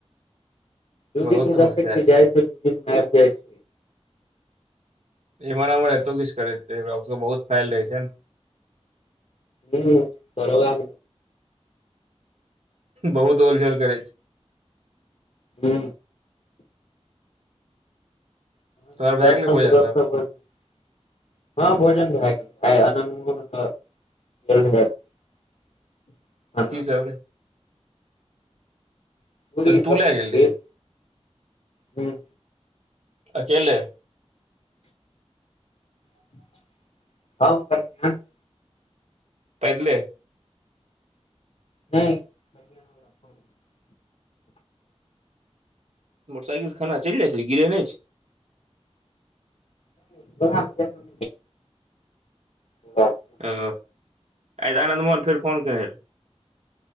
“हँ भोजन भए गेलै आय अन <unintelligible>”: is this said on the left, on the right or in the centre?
Left